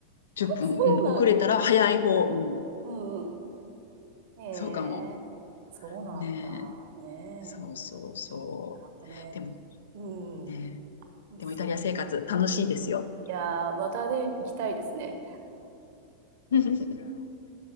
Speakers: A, on the left; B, on the right.
A: 10分、
B: <laughs> そうなんだ。
A: うん、遅れたら早い方。
B: うん。
A: うん、
B: うんうん。へ
A: そうかも。
B: え。そうなんだ。
A: ねえ。
B: ね
A: そうそうそう。
B: え。なんかね。
A: でも
B: うん。
A: ねえ、
B: いいっすよね。
A: でもイタリア生活楽しいですよ。
B: いやー、またね、行きたいですね。
A: <laughs>